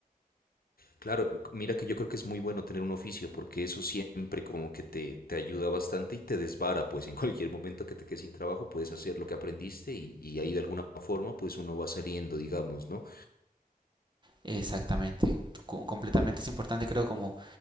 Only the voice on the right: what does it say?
Exactamente, Co completamente es importante creo como